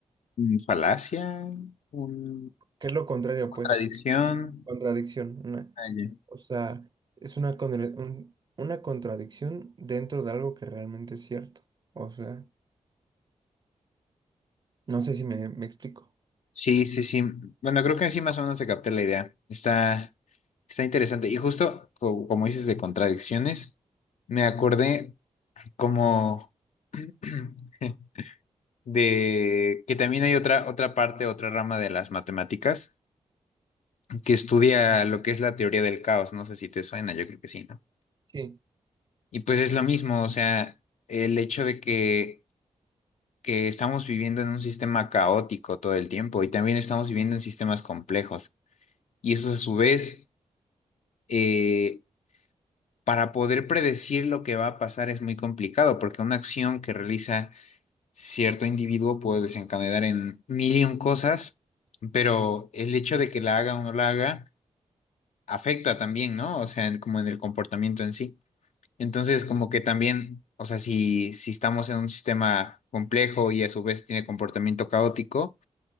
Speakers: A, on the left; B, on the right.
A: Mm, Falacia, un-
B: ¿Qué es lo contrario,
A: contradicción.
B: pues? Contradicción. una-
A: Ah, ya.
B: o sea, es una, contra- un- una contradicción dentro de algo que realmente es cierto. O sea, no sé si me, me explico.
A: Sí, sí, sí. Bueno, creo que así más o menos se capté la idea. Está, está interesante. Y justo co- como dices de contradicciones, me acordé como <clears throat> de que también hay otra, otra parte, otra rama de las matemáticas que estudia lo que es la teoría del caos. No sé si te suena, yo creo que sí, ¿no?
B: Sí.
A: Y pues es lo mismo, o sea, el hecho de que, que estamos viviendo en un sistema caótico todo el tiempo y también estamos viviendo en sistemas complejos. Y eso a su vez, eh, para poder predecir lo que va a pasar es muy complicado, porque una acción que realiza cierto individuo puede desencadenar en mil y un cosas, pero el hecho de que la haga o no la haga afecta también, ¿no? O sea, en- como en el comportamiento en sí. Entonces, como que también, o sea, si, si estamos en un sistema complejo y a su vez tiene comportamiento caótico,